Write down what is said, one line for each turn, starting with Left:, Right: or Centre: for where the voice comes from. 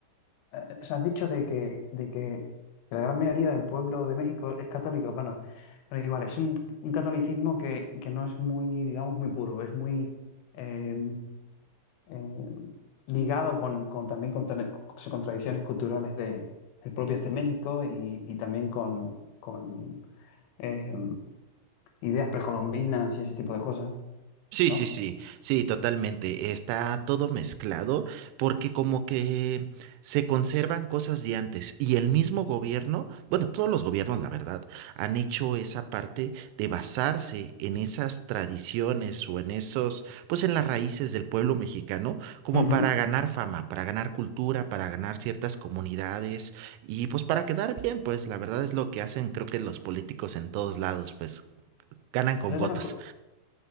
Left: eh, o sea, has dicho de que, de que la gran mayoría del pueblo de México es católico. Bueno, pero igual, es un, un catolicismo que, que no es muy, digamos, muy puro, es muy eh, eh, ligado con, con también con, tra- con tradiciones culturales de, de propias de México y, y también con, con eh, ideas precolombinas y ese tipo de cosas,
Right: Sí,
Left: ¿no?
Right: sí, sí, sí, totalmente. Está todo mezclado porque como que se conservan cosas de antes y el mismo gobierno, bueno, todos los gobiernos, la verdad, han hecho esa parte de basarse en esas tradiciones o en esos, pues en las raíces del pueblo mexicano, como
Left: Ujú.
Right: para ganar fama, para ganar cultura, para ganar ciertas comunidades y pues para quedar bien, pues la verdad es lo que hacen, creo que los políticos en todos lados, pues ganan con
Left: Pero
Right: votos.
Left: eso no,